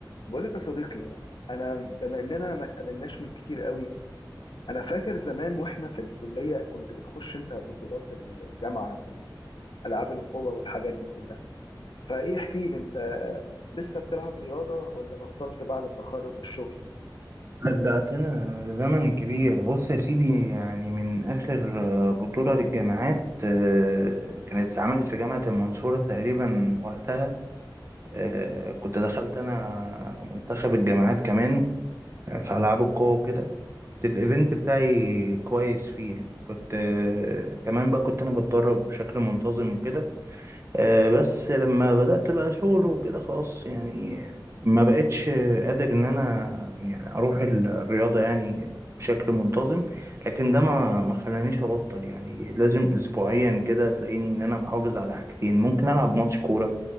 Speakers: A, on the left (about 75°); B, on the right (about 35°).
A: بقول لك يا صديقي انا بما اننا ما اتقابلناش من كتير قوي انا فاكر زمان واحنا في الكليه كنت بتخش انت بطولات الجامعه في العاب القوه والحاجات دي كلها فايه احكي لي انت لسه بتلعب رياضه ولا بطلت بعد التخرج والشغل
B: رجعتنا لزمن كبير بص يا سيدي يعني من آخر آه، بطولة للجامعات آه، كانت اتعملت في جامعة المنصورة تقريبا وقتها آه، كنت دخلت أنا منتخب الجامعات كمان آه، في ألعاب القوة وكده كنت الإيفنت بتاعي كويس فيه يعني كنت آه، كمان بقى كنت أنا بتدرب بشكل منتظم وكده آه، بس لما بدأت بقى شغل وكده خلاص يعني ما بقتش قادر ان انا يعني اروح الرياضة يعني بشكل منتظم لكن ده ما ما خلانيش ابطل يعني لازم اسبوعيا كده تلاقيني ان انا محافظ على حاجتين ممكن العب ماتش كورة